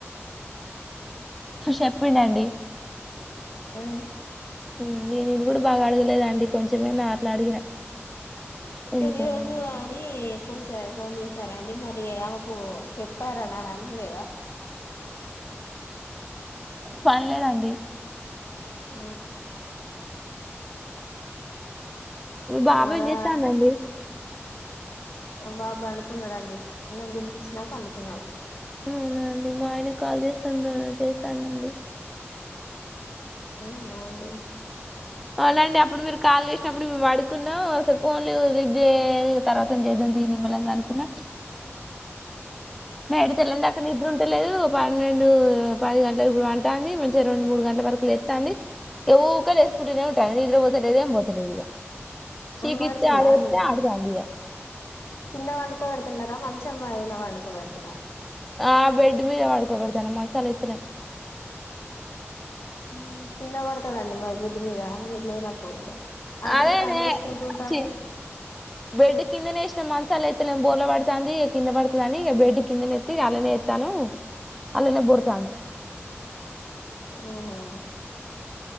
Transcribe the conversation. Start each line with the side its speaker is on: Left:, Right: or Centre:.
Centre: చెప్పండండి
Left: ఆ
Centre: మ్ నేను ఇది కూడ బాగా అడగలేదండి కొంచెమే అట్లే అడిగిన
Left: పెళ్లి
Centre: ఎందుకు
Left: రోజు అని పో సాయి ఫోన్ చేస్తారా అండి మరి ఆమెకు చెప్పార నన్నా అన్లేదా
Centre: పన్లేదండి
Left: ఆ
Centre: మి బాబు
Left: మరా
Centre: ఎం చేస్తాండి అండి
Left: బాబు పడుకున్నాడాఅండి అన్నం తినిపించినాక పండుకున్నాడు
Centre: అవునండి మా ఆయనకు కాల్ చేస్తుండ చేస్తానుండి
Left: అవునా అండి
Centre: అవునండి అప్పుడు మీరు కాల్ చేసినప్పుడు మేము అడుకున్నాం అసలు ఫోన్లే లీఫ్ చేయ్ తర్వాత ఏం చేద్దం తీ నిమ్మల్లంగా అనుకున్నా నైట్ తెల్లినిందాక్క నిద్ర ఉండలేదు పన్నెండు పది గంటలకు ఇప్పుడు పంటాన్ది మంచిగా రెండు మూడు గంటల వరకు లేస్తాన్ది ఏవో కోలేస్కుంటానే ఉంటాది నిద్ర పోతేద్ ఏం పోతలేదు ఇక శీక్
Left: పడుతుందా
Centre: ఇతే ఆడతే
Left: అండి
Centre: ఆడుతా ఇంగా
Left: కింద పండుకోబడుతున్నారా మంచి మంచ్ఛం పైన పడుకో వెడుతున్నా
Centre: ఆ బెడ్ మీద పడుకోబేడుతునాం మన్సాల్ ఇత్తలేం
Left: మ్మ్ కిందబడతదంట మరి బెడ్ మీద మీర్ లేనప్పుడు అటు
Centre: అదేనే
Left: ఇటు పని చేసుకుంటూ ఉంటాంటే
Centre: ఛీ బెడ్ కిందనేస్ చ్ మనఛాలెత్ ఎత్తేలేము బోల పడుతుంది ఇక కింద పడుతుందిని ఇక బెడ్ కిందనేెత్ అళ్లనే ఎస్తాను <unintelligible>
Left: ఉహ్మ్